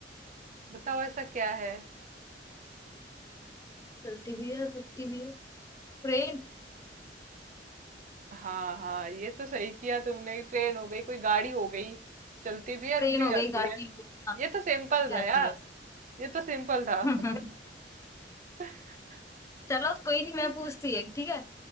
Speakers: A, on the right; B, on the left.
A: बताओ ऐसा क्या है
B: चलती भी है और रुकती भी है ट्रेन
A: हाँ हाँ ये तो सही किया तुमने ट्रेन हो गई कोई गाड़ी हो गई चलती भी है
B: ट्रेन
A: रुक भी
B: हो
A: जाती
B: गई गाड़ी
A: है
B: हो गई हाँ
A: ये तो सिंपल
B: रुक जाती
A: था यार
B: है
A: ये तो सिंपल था
B: <laughs>
A: <laughs>
B: चलो कोई नहीं मैं पूछती है ठीक है